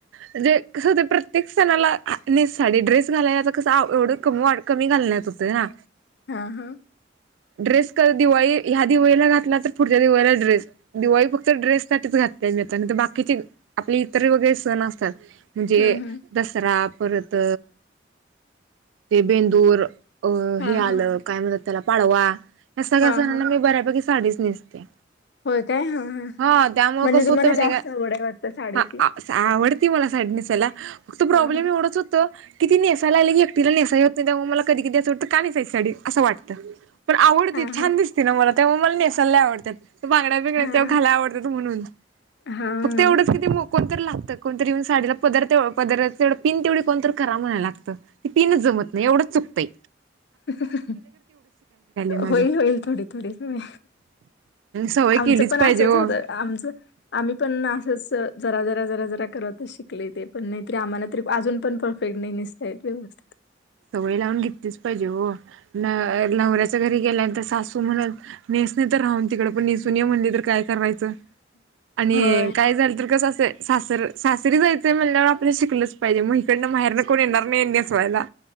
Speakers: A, on the right; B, on the left.
A: म्हणजे कसं होते प्रत्येक सणाला हा नेस साडी. ड्रेस घालायला तर कस एवढं क-कमी घालण्यात होते ना.
B: हा ह
A: ड्रेस दिवाळी ह्या दिवाळीला घातला तर पुढच्या दिवाळीला ड्रेस दिवाळी फक्त ड्रेस साठी. बाकीचे आपले इतर वगैरे सण असतात. म्हणजे
B: हं, हं.
A: दसरा परत ते बेंदूर. अ
B: हां,
A: हे.. आलं
B: हां.
A: काय म्हणतात त्याला पाडवा. या सगळ्या
B: हां,
A: सणांना
B: हां.
A: मी बऱ्यापैकी साडीच नेसते.
B: होय काय? हां, हां.
A: हा त्यामुळे
B: म्हणजे
A: कस
B: तुम्हाला
A: होत माहितीयं
B: जास्त
A: का
B: आवड आहे वाटतं साडीची?
A: हा आ सा आवडत. येती मला साडी नेसायला. फक्त प्रॉब्लेम
B: हां, हां.
A: एवढंच होतो. कि नेसायलाले की, एकटीला नेसायाला येत नाही. ते मला कधी, कधी वाटतं का नेसायची साडी. असं वाटतं. पण आवडती
B: हां,
A: छान
B: हां.
A: दिसते ना मला तेव्हा मला नेसालला आवडतात. त बांगड्या, बिगड्या
B: हां.
A: तेव्हा खायला आवडतात, म्हणून
B: हां,
A: फक्त
B: हां.
A: एवढंच कि ती मो कोणतरी लागतं. कोणतरी येऊन साडीला पदरं पदराला चं पिन तेवढी कोणतरी करावं लागतं. ते पिनं चं जमत नाही. एवढंच चुकतयं.
B: हम हम
A: माझं
B: होईल होईल थोडी थोडी सवय.
A: सवय
B: आमचं
A: केलीच
B: पण
A: पाहिजे
B: असंच
A: ओ.
B: होतं. आमच आम्ही पण असंच जरा जरा जरा जरा करतच शिकले. ते पण नाहीतरी आम्हाला तरी अजून पण परफेक्ट नाही. नेसता येत व्यवस्थित.
A: सवय लावून घेतलीच पाहिजे ओ. ना नवऱ्यांची घरी. गेल्यानंतर सासू म्हणलं नेसणे तर राहून तिकड, पण नेसून ये म्हणली तर काय रायच आणि
B: होय.
A: काय झाल तर कस- ते सासर सासरी जायचं म्हणल्यावर आपण शिकलच. पाहिजे मग इकडनं माहेरन कोण येणार नाही नेसवायला.